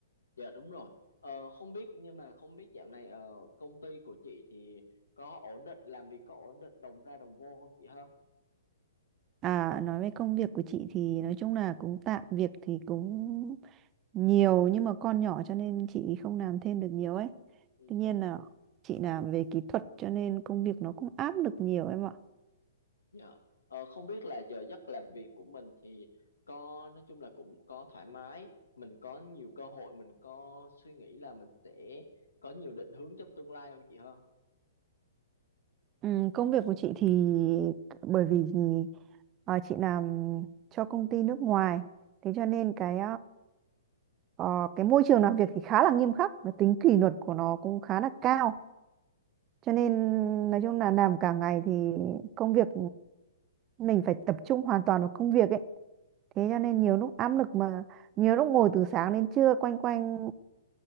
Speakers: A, on the left; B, on the right.
A: dạ đúng rồi. Ờ, không biết nhưng mà không biết dạo này ờ, công ty của chị thì có ổn định, làm việc có ổn định đồng ra đồng vô không chị ha?
B: À, nói về công việc của chị thì nói chung là cũng tạm việc thì cũng nhiều nhưng mà con nhỏ cho nên chị không làm thêm được nhiều ấy.
A: Ừ.
B: Tuy nhiên là chị làm về kỹ thuật cho nên công việc nó cũng áp lực nhiều em ạ.
A: Dạ. Ờ, không biết là giờ giấc làm việc của mình thì có nói chung là cũng có thoải mái, mình có nhiều cơ hội, mình có suy nghĩ là mình sẽ có nhiều định hướng trong tương lai không chị ha?
B: Ừ, công việc của chị thì bởi vì ờ, chị làm cho công ty nước ngoài thế cho nên cái ờ, cái môi trường làm việc thì khá là nghiêm khắc và tính kỷ luật của nó cũng khá là cao cho nên nói chung là làm cả ngày thì công việc mình phải tập trung hoàn toàn vào công việc ấy thế cho nên nhiều lúc áp lực mà nhiều lúc ngồi từ sáng đến trưa quanh quanh